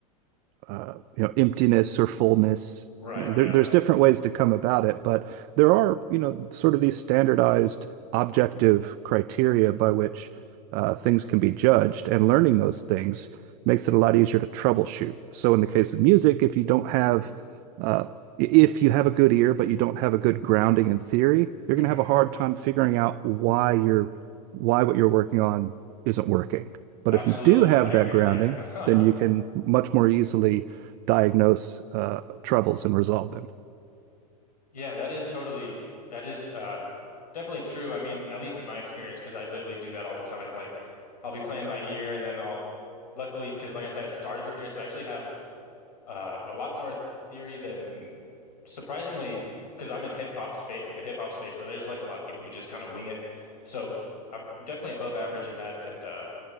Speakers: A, on the right (about 45°); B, on the left (about 85°).
A: uh, you know, emptiness or fullness.
B: Right.
A: There,
B: Yeah.
A: there's different ways to come about it, but there are, you know, sort of these standardized objective criteria by which uh, things can be judged, and learning those things makes it a lot easier to troubleshoot. So in the case of music, if you don't have uh, if you have a good ear, but you don't have a good grounding in theory, you're
B: hmm
A: going to have a hard time figuring out why you're why what you're working on isn't working. But
B: Absolutely.
A: if you do have
B: I agree
A: that grounding,
B: with that. <laughs>
A: then you can much more easily diagnose uh, troubles and resolve them.
B: Yeah, that is totally, that is uh, definitely true. I mean, at least in my experience, because I literally do that all the time. Like, I'll be playing by ear, and then I'll, luckily, because like I said, I started with theory, so I actually have uh, a lot more theory than surprisingly, because I'm in hip hop space, the hip hop space. So there's like a lot of people who just kind of wing it. So I'm definitely above average in that. And uh,